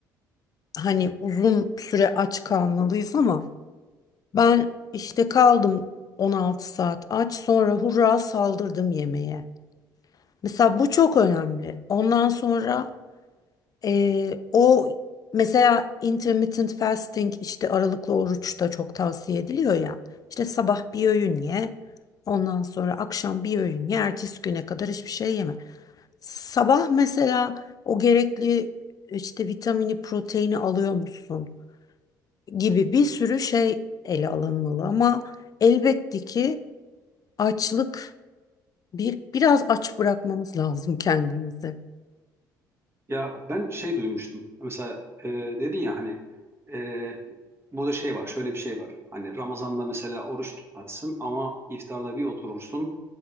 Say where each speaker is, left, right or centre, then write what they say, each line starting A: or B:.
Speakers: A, on the left; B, on the right.
A: hani uzun süre aç kalmalıyız ama ben işte kaldım 16 saat aç sonra hurra saldırdım yemeğe. Mesela bu çok önemli. Ondan sonra eee, o mesela intermittent fasting işte aralıklı oruç da çok tavsiye ediliyor ya. İşte sabah bir öğün ye, ondan sonra akşam bir öğün ye, ertesi güne kadar hiçbir şey yeme. Sabah mesela o gerekli işte vitamini, proteini alıyor musun gibi bir sürü şey ele alınmalı ama elbette ki açlık bir biraz aç bırakmamız lazım <laughs> kendimizi.
B: Ya ben şey duymuştum. Mesela e, dedin ya hani e, burada şey var şöyle bir şey var. Hani Ramazan'da mesela oruç tutarsın ama iftarda bir oturursun.